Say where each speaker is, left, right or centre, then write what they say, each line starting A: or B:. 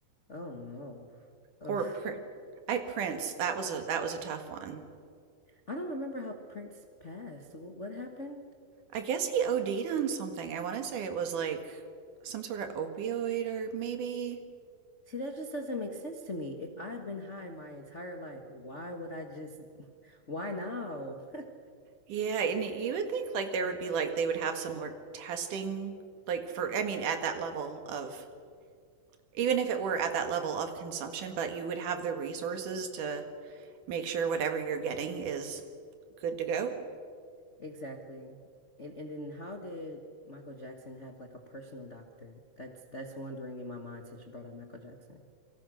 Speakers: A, on the left (about 50°); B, on the right (about 65°).
A: Oh no. Ugh.
B: or i prince that was a that was a tough one
A: I don't remember how Prince passed. What, what happened?
B: I guess he OD'd on something. I want to say it was like some sort of opioid or maybe.
A: See, that just doesn't make sense to me. If I've been high my entire life, why would I just, <laughs> why now? <laughs>
B: Yeah, and you would think like there would be like they would have some like testing like for I mean at that level of even if it were at that level of consumption, but you would have the resources to make sure whatever you're getting is good to go.
A: Exactly. And and then how did Michael Jackson have like a personal doctor? That's that's wondering in my mind since you brought up Michael Jackson.